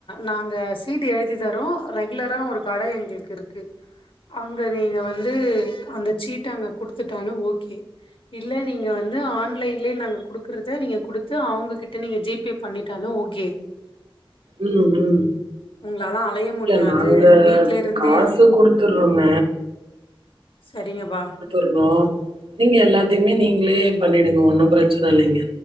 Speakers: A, on the left; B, on the right.
A: நாங்க சீட்டு எழுதி தரோ ரெகுலரா ஒரு கட எங்குளுக்கு இருக்கு அங்க நீங்க வந்து அந்த சீட்ட அங்க குடுத்துட்டாங்க ஓகே இல்ல நீங்க வந்து ஆன்லைன்லயே நாங்க குடுக்கறத நீங்க குடுத்து அவுங்ககிட்ட நீங்க ஜி பே பண்ணிட்டாலும் ஓகே
B: ம் ம்
A: உங்களால அலைய
B: இல்ல
A: முடியாது
B: நாங்க
A: வீட்ல இருந்தே
B: காசு குடுத்துறோங்க
A: சரிங்கபா
B: வந்துரோ நீங்க எல்லாத்தியுமே நீங்ளே பண்ணிடுங்க ஒன்னு பிரச்சன இல்லைங்க